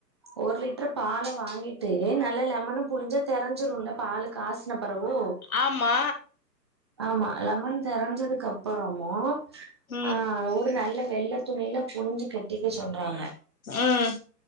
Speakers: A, on the right; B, on the left.
A: ஒரு லிட்ரு பால வாங்கிட்டு நல்ல லெமனு புழிஞ்சா தெரஞ்சிருல பாலு காசின பிறவு
B: ஆமா
A: ஆமா லெமன் தெரிஞ்சதுக்கு அப்புறமு
B: ம்
A: ஆ ஒரு நல்ல வெள்ள துணியில புழஞ்சு கட்டிக்க சொல்றாங்க
B: ம்